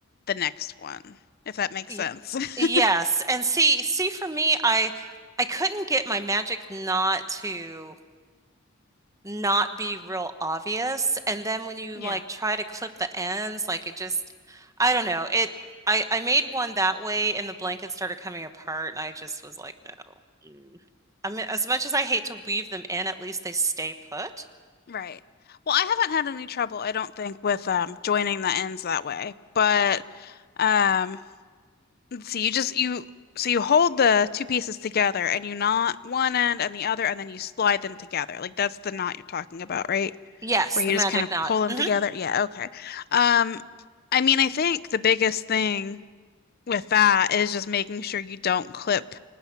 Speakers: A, on the left; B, on the right.
A: the next one, if that makes
B: y-
A: sense.
B: yes.
A: <laughs>
B: And see, see, for me, I I couldn't get my magic knot to. not be real obvious. And then when you
A: Yeah,
B: like try to clip the ends, like it just, I don't know. It, I, I made one that way and the blanket started coming apart and I just was like, no. Mm. I mean, as much as I hate to weave them in, at least they stay put.
A: right. Well, I haven't had any trouble, I don't think, with um joining the ends that way. But um let's see, you just you so you hold the two pieces together and you knot one end and the other and then you slide them together. Like that's the knot you're talking about, right?
B: Yes,
A: Where
B: the
A: you
B: magic
A: just kind of
B: knot.
A: pull them
B: hmm
A: together. Yeah, okay. Um I mean, I think the biggest thing with that is just making sure you don't clip